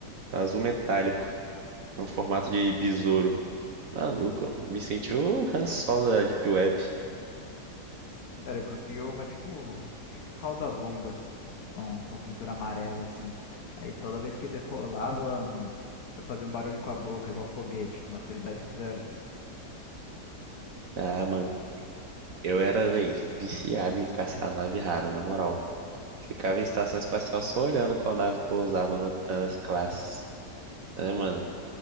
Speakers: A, on the right; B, on the left.
A: tá? azul metálico, é um formato de besouro. Maluco, me senti o Han Solo da Deep Web.
B: Cara, eu consegui uma, tipo, tipo cauda longa, com com uma pintura amarela, assim. Aí toda vez que decolava, ela, hum, eu fazia um barulho com a boca, igual foguete. Maturidade zero, cara.
A: Ah, mano, eu era, véi, viciado em caçar nave rara, na moral. Ficava em estação espacial só olhando qual nave pousava, anotando as classes. É, mano,